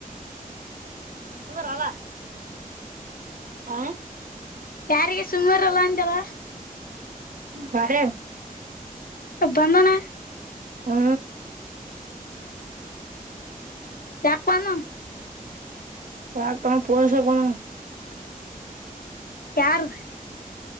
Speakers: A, on the right; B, on the left.
A: ಇವರ ಅಲ ಹ
B: ಯಾರಿಗೆ ಸುಮಾರಲ್ಲ ಅಂದೆಲ್ಲ
A: ಬರಿವ್
B: ಇಬ್ಬಂದಣ
A: ಹ್ಮ
B: ಚಾಪ್ವನ
A: ಯಾ ತಮ್ ಪೋಸಗಣ
B: ಯಾರ್